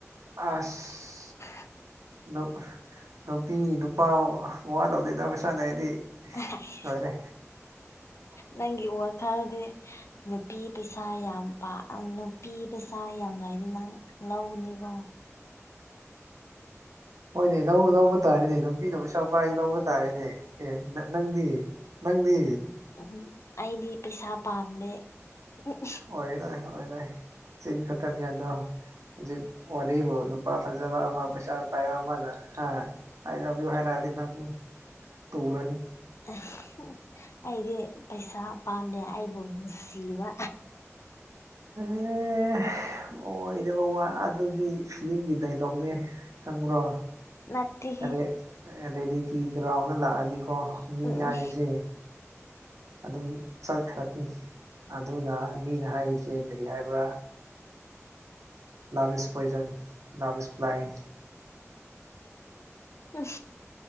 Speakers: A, on the right; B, on the left.
A: ꯑꯥꯁ
B: <inaudible>
A: ꯅꯨ ꯅꯨꯄꯤ ꯅꯨꯄꯥ ꯋꯥꯂꯧꯗꯦꯗ ꯄꯩꯁꯥ ꯂꯩꯔꯗꯤ
B: ꯑꯦꯍꯥꯏ
A: ꯂꯣꯏꯔꯦ
B: ꯅꯪꯒꯤ ꯋꯥꯈꯜꯗꯤ ꯅꯨꯄꯤ ꯄꯩꯁꯥ ꯌꯥꯝ ꯄꯥ ꯑꯪ ꯅꯨꯄꯤ ꯄꯩꯁꯥ ꯌꯥꯝ ꯂꯥꯏꯗꯤ ꯅꯪ ꯂꯧꯒꯅꯤꯀꯣ
A: ꯍꯣꯏꯅꯦ ꯂꯧ ꯂꯧꯕ ꯇꯥꯔꯦꯅꯦ ꯅꯨꯄꯤꯅ ꯄꯩꯁꯥ ꯄꯥꯏꯔꯗꯤ ꯂꯧꯕ ꯇꯥꯔꯦꯅꯦ ꯑꯦ ꯅꯪ ꯅꯪꯗꯤ ꯅꯪꯗꯤ
B: ꯎꯝ ꯑꯩꯗꯤ ꯄꯩꯁꯥ ꯄꯥꯝꯗꯦ ꯎꯝ ꯍꯝ
A: ꯑꯣꯏꯔꯣꯏ ꯑꯣꯏꯔꯣꯏ ꯆꯤꯟ ꯈꯛꯇꯅꯤ ꯑꯗꯣ ꯍꯨꯖꯤꯛ ꯋꯥꯔꯤꯕꯨ ꯅꯨꯄꯥ ꯐꯖꯕ ꯑꯃ ꯄꯩꯁꯥ ꯄꯥꯏꯕ ꯑꯃꯅ ꯍꯥ ꯑꯥꯏ ꯂꯚ ꯌꯨ ꯍꯥꯏꯔꯛꯑꯗꯤ ꯅꯪ ꯎꯝ ꯇꯨꯔꯅꯤ
B: ꯑꯥ ꯍꯨꯝ ꯑꯩꯗꯤ ꯄꯩꯁꯥ ꯄꯥꯝꯗꯦ ꯑꯩꯕꯨ ꯅꯨꯡꯁꯤꯕ
A: ꯑꯦ ꯑꯣꯏꯗꯕ ꯋꯥ ꯑꯗꯨꯗꯤ ꯐꯤꯂꯤꯝꯒꯤ ꯗꯥꯏꯂꯣꯛꯅꯦ ꯈꯪꯕ꯭ꯔꯣ
B: ꯅꯠꯇꯦꯍꯦ
A: ꯑꯗꯦ ꯑꯥ ꯔꯦꯂꯤꯇꯤ ꯒ꯭ꯔꯥꯎꯟꯗ ꯂꯥꯛꯑꯗꯤꯀꯣ ꯃꯤ
B: ꯎꯝ
A: ꯍꯥꯏꯕꯁꯦ ꯑꯗꯨꯝ ꯆꯠꯈ꯭ꯔꯅꯤ ꯑꯗꯨꯅ ꯃꯤꯅ ꯍꯥꯏꯔꯤꯁꯦ ꯀꯔꯤ ꯍꯥꯏꯕ꯭ꯔꯥ ꯂꯞ ꯏꯁ ꯄꯣꯏꯖꯟ ꯂꯞ ꯏꯁ ꯕ꯭ꯂꯥꯏꯟ
B: ꯎꯝ